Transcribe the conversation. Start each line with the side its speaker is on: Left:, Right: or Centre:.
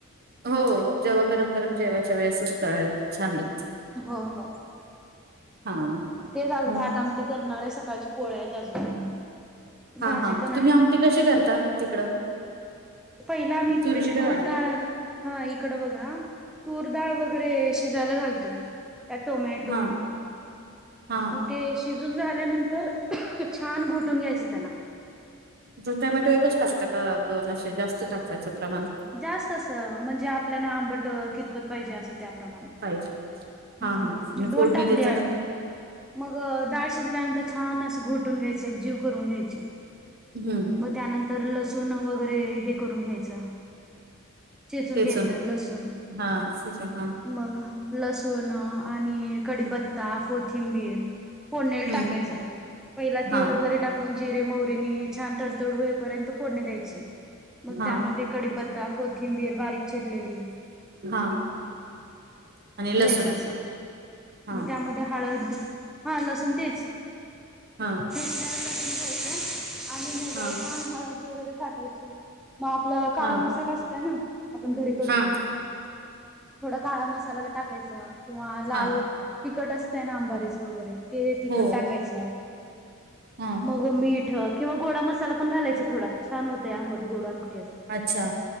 Right: हो, जेव्हा गरम गरम जेवायच्या वेळेसच तळल्या की छान लागते.
Centre: हो हो,
Right: हा
Centre: तेच आज
Right: मग
Centre: भात आम टी करणार आहे, सकाळची पोळ्या आहेत अजून. भाजी
Right: हां, हा,
Centre: पण आहे
Right: तुम्ही आमटी कशी करता तिकडं?
Centre: पहिलं आम्ही तुर
Right: तुरीची डाळ
Centre: तूरडाळ अ हा, इकडं बघा, तूर डाळ वगैरे शिजायला घालतो. त्यात टोमॅटो,
Right: हा हा
Centre: मग ते शि- शिजून झाल्यानंतर छान घोटून घ्यायचं त्याला.
Right: जर टोमॅटो एकच टाकता का दोन, असे जास्त टाकतायचं प्रमाण?
Centre: जास्त असं म्हणजे आपल्याला आंबट कितपत पाहिजे, असं त्याप्रमाणे.
Right: पाहिजे,
Centre: हम्म
Right: हा हा, आणि
Centre: दोन
Right: फोडणी
Centre: टाकले
Right: देताना?
Centre: आम्ही मग दाळ शिजल्यानंतर छान असं घोटून घ्यायचे, एक जीव करून घ्यायचे.
Right: हम्म.
Centre: मग त्यानंतर लसूण वगैरे हे करून घ्यायचं. चेचून
Right: ठेचून
Centre: घ्यायचं लसूण.
Right: हा ठेचून हा
Centre: मग लसूण आणि कढीपत्ता, कोथिंबीर. फोडनीला
Right: हम्म
Centre: टाकायचं, पहिला तेल
Right: हा
Centre: वगैरे टाक कोण जिरे, मोहरी नी छान तडतड होईपर्यंत फोडनी द्यायची, मग
Right: हा
Centre: त्यामध्ये कडीपत्ता, कोथिंबीर बारीक चिरलेली
Right: हा. आणि
Centre: घ्यायच
Right: लसूण
Centre: असं,
Right: हा
Centre: मग त्यामध्ये हळद हा लसूण तेच
Right: हा.
Centre: <unintelligible> घ्यायचं आणि मग
Right: हा.
Centre: छान हळद वगैरे टाकायची, मग आपलं काळा
Right: हा
Centre: मसाला असतय ना आपण घरी करतो
Right: हा
Centre: ती, थोडा काळा मसाला टाकायचा किंवा लाल
Right: हा
Centre: तिकट असतंय ना अंबारीच वगैरे ते तिकट
Right: हो
Centre: टाकायचं.
Right: हा.
Centre: हो मीठ किंवा गोडा मसाला पण घालायच थोडा छान होत आंबट, गोड आमटी अस.
Right: अच्छा